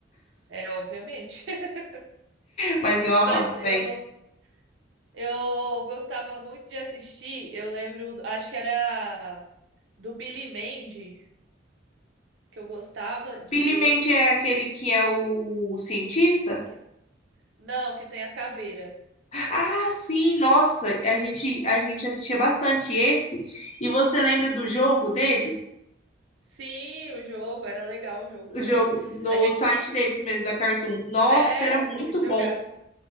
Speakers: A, on the right; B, on the left.
A: é, obviamente. <laughs>
B: Mas eu amava,
A: Mas eu,
B: velho.
A: eu gostava muito de assistir, eu lembro, acho que era do Billy Mandy. que eu gostava de
B: Billy
A: ver.
B: Mandy é aquele que é o cientista?
A: Que... Não, que tem a caveira.
B: Ah, sim, nossa, a gente a gente assistia bastante esse. E você lembra do jogo deles?
A: Sim, o jogo era legal, o jogo também.
B: O jogo no
A: A gente
B: site deles mesmo da Cartoon. Nossa,
A: é,
B: era muito
A: a gente jogava.
B: bom.